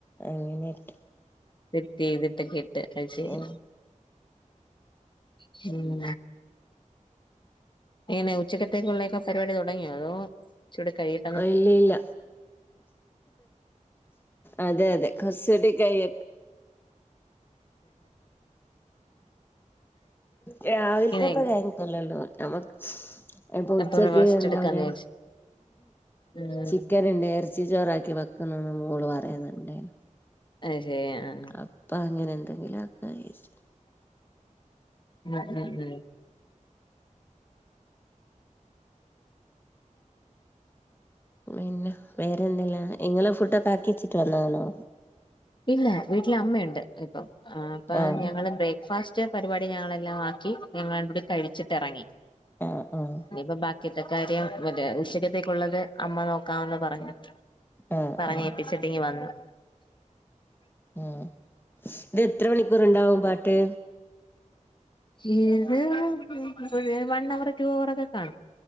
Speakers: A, on the left; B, on the left.
A: അങ്ങനെ ട്ടെ
B: സെറ്റയ്ത് ട്ടൊക്കെ ഇട്ട് അഹ് ശരി
A: ഓ
B: ഹ് മ് എങ്ങനെ ഉച്ചക്കത്തേക്കുള്ളൊക്കെ പരിപാടി തുടങ്ങിയോ അതോ ഇച്ചൂടെ കഴിയും
A: ആ ഇല്ല ഇല്ല അതെ അതെ കൊറച്ചൂടെ കഴിയ രാവിലത്തെപ്പ
B: ഇങ്ങനെ
A: കഴിഞ്ഞിട്ടല്ലോ ള്ളൂ ഞമക്ക് പ്പൊ
B: അപ്പൊ
A: ഉച്ചക്ക്
B: റെസ്റ്റ്
A: എന്താ
B: എടുക്കാന്ന്
A: പറയാ
B: വിചാരിച്ച് ഉം
A: ചിക്കൻ ണ്ട് ഇറ ച്ചി ചോറാക്കി വെക്കുന്നന്ന് മോള് പറയുന്നുണ്ടേ നു
B: അഹ് ശരി ആ
A: അപ്പൊ അങ്ങനെ എന്തെങ്കിലു ക്കെയ്റ്റ്
B: ഉം ഉം ഉം
A: പിന്നെ വേറെന്തല്ല ഇങ്ങള് ഫുഡൊക്കൊ ആക്കി വെച്ചിട്ട് വന്നതന്നോ
B: ഇല്ല വീട്ടില അമ്മയുണ്ട് ഇപ്പം അപ്പൊ
A: ആഹ്
B: ഞങ്ങള് ബ്രേക്ക്ഫാസ് റ്റെ പരിപാടി ഞങ്ങളെല്ലാം ആക്കി ഞങ്ങള ടൂടി കഴിച്ചിട്ട് ഇറങ്ങി
A: ആഹ് ആഹ്
B: ഇനിയിപ്പ ബാക്കിത്തെ കാര്യം മറ്റേ ഉച്ചത്തേക്കുള്ളത് അമ്മ നോക്കാന്ന് പറഞ്ഞു
A: ആഹ്
B: പറഞ്ഞേപ്പിച്ചിട്ടിങ്
A: ആഹ്
B: വന്നു
A: ആഹ് ഇത് എത്ര മണിക്കൂർ ഇണ്ടാവും പാട്ട്
B: ഇത് വൺ അവർ റ്റു അവർ ഒക്കെ കാണും